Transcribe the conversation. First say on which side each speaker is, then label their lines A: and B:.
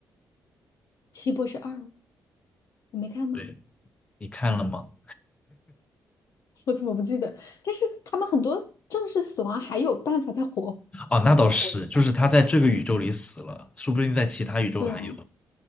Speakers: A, on the left (about 60°); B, on the left (about 20°).
A: 奇异博士二，我没看吗？
B: 对，你看了吗？
A: 我怎么不记得？但是他们很多正式死亡还有办法再活回活过来
B: 哦，那倒是，就是他在这个宇宙里死了，说不定在其他宇宙还有，
A: 对啊，